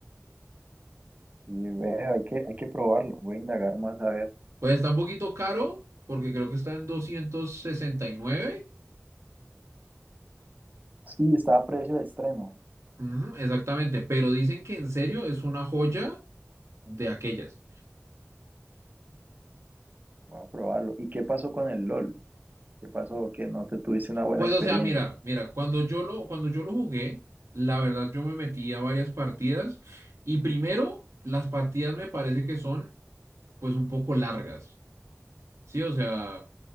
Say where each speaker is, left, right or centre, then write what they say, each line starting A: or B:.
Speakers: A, on the right; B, on the right.
A: y ve, hay que hay que probarlo, voy a indagar más a ver.
B: Pues está un poquito caro porque creo que está en 269,
A: Sí, está a precio de estreno.
B: Ujú, exactamente, pero dicen que en serio es una joya de aquellas.
A: Voy a probarlo. ¿Y qué pasó con el LOL? ¿Qué pasó que no te tuviste una buena
B: Pues
A: experiencia?
B: o sea, mira, mira, cuando yo lo, cuando yo lo jugué, la verdad yo me metí a varias partidas y primero las partidas me parece que son pues un poco largas, ¿sí? O sea...